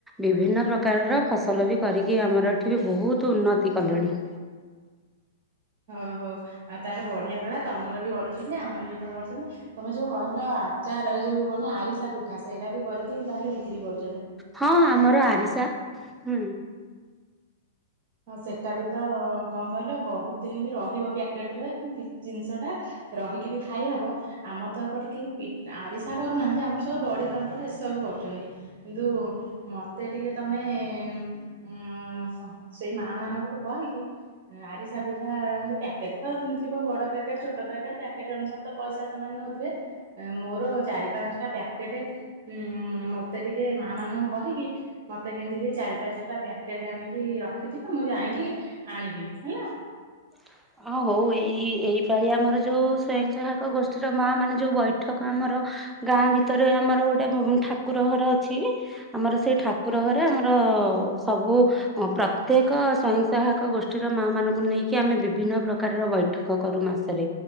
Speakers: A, in the centre; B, on the right.
A: ବିଭିନ୍ନ ପ୍ରକାରର ଫସଲ ବି କରିକି ଆମର ଏଠି ବି ବହୁତ ଉନ୍ନତି କଲେଣି। <inaudible>
B: ଓହୋ ଆଉ ତାହେଲେ ବଢ଼ିଆ କଥା ତମର ବି କରୁଛନ୍ତି ଆମର ବି ଏପଟେ କରୁଛନ୍ତି। ତମେ ଯୋଉ କହିଲ ଆଚାର ଏଇ ଯୋଉ କଣନି ଆରିସା ପିଠା ସେଇରା ବି କରିକି ତାହେଲେ ବିକ୍ରି କରୁ
A: ହଁ ଆମର ଆରିସା ହୁଁ।
B: ହଁ ସେଟା ବି ତ କଣ କହିଲ ବହୁତ ଦିନି ବି ରହିବ ପ୍ୟାକେଟ୍ ରେ ଜିନିଷଟା। ରହିକି ବି ଖାଇ ହବ। ଆମ ତ ଏପଟେ କେହି ପି ଆରିସା କରୁନାହାନ୍ତି ଆମର ସବୁ ବଡ଼ି ପାମ୍ପଡ ଏସବୁ କରୁଛନ୍ତି। କିନ୍ତୁ ମତେ ଟିକେ ତମେ ଉ ସେଇ ମା ମାନଙ୍କ ଠୁ କହିକି ଆରିସା ପିଠା ଏନ୍ତି ପ୍ୟାକେଟ ତ ଥିବ ବଡ଼ ପ୍ୟାକେଟ୍ ଛୋଟ ପ୍ୟାକେଟ୍ ପ୍ୟାକେଟ୍ ଅନୁସାରେ ପଇସା ସେମାନେ ନଉଥିବେ ମୋର ଚାରି ପାଞ୍ଚଟା ପ୍ୟାକେଟ ଉ ମ ତେ ଟିକେ ମା ମାନଙ୍କୁ କହିକି ମୋତେ କେମତିି ଟିକେ ଚାରି ପାଞ୍ଚଟା ପ୍ୟାକେଟ୍ ଆଣିକି ର ରଖିଥିବ ମୁଁ ଯାଇକି ଆଣିବି ହେଲା।
A: <inaudible> ହଁ ହଉ ଏଇ ଏଇ ପାଳି ଆମର ଯୋଉ ସ୍ଵୟଂ ସହାୟକ ଗୋଷ୍ଠୀର ମା ମାନେ ଯୋଉଁ ବୈଠକ ଆମର ଗାଁ ଭିତରେ ଆମର ଗୋଟେ ଠାକୁର ଘର ଅଛି। ଆମର ସେଇ ଠାକୁର ଘରେ ଆମର ସବୁ ପ୍ରତ୍ୟେକ ସ୍ଵୟଂ ସହାୟକ ଗୋଷ୍ଠୀର ମା ମାନଙ୍କୁ ନେଇ କି ଆମେ ବିଭିନ୍ନ ପ୍ରକାରର ବୈଠକ କରୁ ମାସରେ